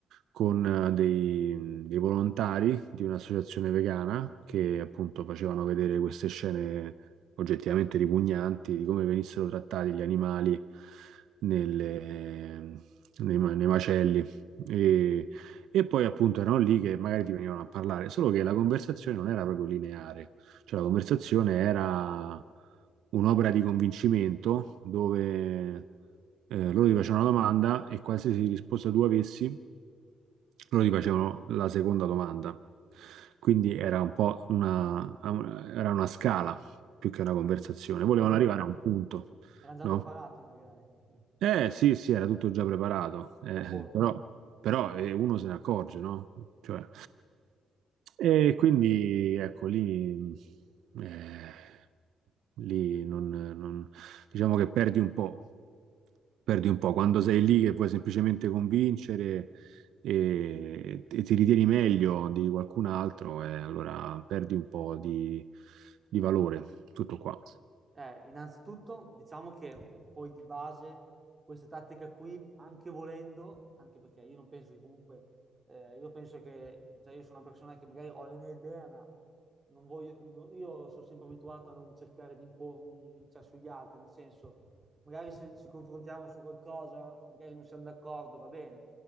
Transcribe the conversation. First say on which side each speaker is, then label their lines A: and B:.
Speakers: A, on the right; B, on the right.
A: con eh, dei, dei volontari di un'associazione vegana che appunto facevano vedere queste scene oggettivamente ripugnanti di come venissero trattati gli animali nelle, nei, ma- nei macelli. E, e poi appunto erano lì che magari ti venivano a parlare, solo che la conversazione non era proprio lineare, cioè la conversazione era un'opera di convincimento dove eh, loro ti facevano una domanda e qualsiasi risposta tu avessi, loro ti facevano la seconda domanda. Quindi era un po' una, era una scala più che una conversazione, volevano
B: Era già, pre-
A: arrivare a un punto,
B: erano già
A: no?
B: preparati magari, <laughs>
A: Eh sì, sì, era tutto già preparato, eh,
B: a posto.
A: però, però, eh, uno se ne accorge, no? Cioè, e quindi ecco lì, eh, lì non, non- diciamo che perdi un po', perdi un po' quando sei lì che puoi semplicemente convincere e, e ti ritieni meglio di qualcun altro, e allora perdi un po' di, di valore, tutto qua.
B: Eh, innanzitutto diciamo che poi di base queste tattiche qui, anche volendo, anche perché io non penso che comunque, eh, io penso che, cioè io sono una persona che magari ho le mie idee, ma non voglio, no- io sono sempre abituato a non cercare di impormi, cioè, sugli altri, nel senso, magari se ci confrontiamo su qualcosa, magari non siamo d'accordo, va bene,